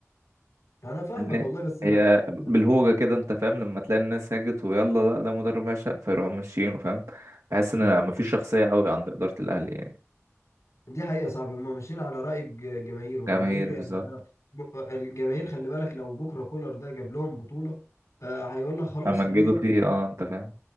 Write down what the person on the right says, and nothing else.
لأن
هي بالهوجه
كده انت فاهم لما تلاقي الناس هاجت ويلا لا ده مدرب عشق فيروحوا ماشيين فاهم بحس ان مفيش شخصيه قوي عند اداره الاهلي يعني
جماهير
بالظبط
همجدوا
فيه اه انت فاهم